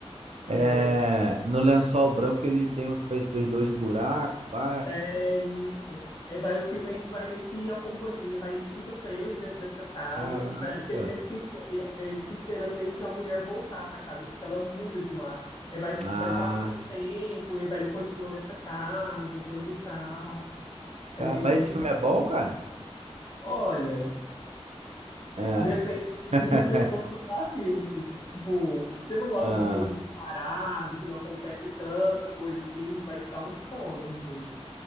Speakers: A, on the right; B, on the left.
A: É,
B: eh,
A: no lençol branco ele tem, fez, fez dois buracos, pá.
B: É isso. É, vai, o filme
A: Isso
B: a gente
A: é-
B: vai meio que acompanhar, vai, ele fica preso dentro dessa casa.
A: Caraca.
B: Parece que ele sempre fica, é, é, é, fica esperando meio que a mulher voltar para casa, porque ela muda de lá. É, vai,
A: Ah,
B: vai passando o tempo, e vai ele continua nessa casa, coisa e tal.
A: Ca-
B: É meio
A: Mas
B: que,
A: esse filme é bom, cara?
B: olha,
A: é.
B: depende
A: <laughs>
B: do, do seu gosto para filme, assim. Tipo, se você não gosta
A: Ah,
B: de filme muito parado, que não acontece tanta coisa assim, vai te dar um sono, né?